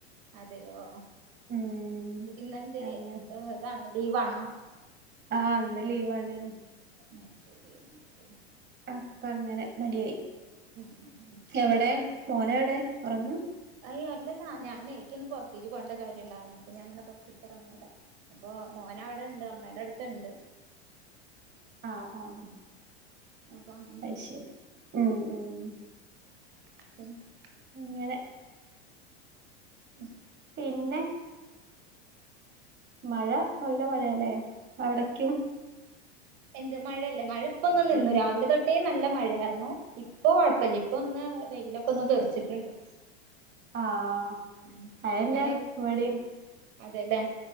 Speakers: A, on the right (about 60°); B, on the right (about 30°).
A: അതെയോ
B: ഉം
A: ഇന്നെന്തേ
B: അങ്ങനെ
A: ഇതാണോ ലീവ് ആണോ..
B: ആഹ് അന്ന് ലീവാണ്.
A: ഉം ശരി <unintelligible>
B: അപ്പങ്ങനെ മടിയായി.
A: ഉം ഉം ഉം
B: എവിടെ മോന എവിടെ ഉറങ്ങ?
A: അയ് അല്ലല്ല ഞാനെ നിക്ക് ഒന്ന് പുറത്തേക്ക് പോകേണ്ട കാര്യംണ്ടായിരുന്നു അപ്പൊ ഞാ അങ്ങനെ പുറത്തേക്ക് ഇറങ്ങിയതാ. അപ്പൊ മോൻ അവിടെ ഉണ്ട് അമ്മയുടെ അടുത്ത്ണ്ട്.
B: ആഹ് ആഹ്
A: അപ്പൊ അങ്ങനെ
B: അയ് ശരി ഉം ഉം ഉം
A: <unintelligible>
B: ഇങ്ങനെ
A: ഉം
B: പിന്നെ മഴ നല്ല മഴയല്ലേ അവിടക്കും
A: എന്ത് മഴയല്ലേ മഴപ്പൊന്ന നിന്നു
B: ഉം
A: രാവിലെ തൊട്ട് <unintelligible> നല്ല മഴായിരുന്നു ഇപ്പൊ കുഴപ്പമില്ല ഇപ്പ ഒന്ന് വെയിലൊക്കെ ഒന്ന് തെറിച്ചിട്ടുണ്ട്
B: ആഹ്
A: ഉം
B: അതെന്നെ
A: ഞാന്
B: ഇവിടെ
A: അതെല്ലേ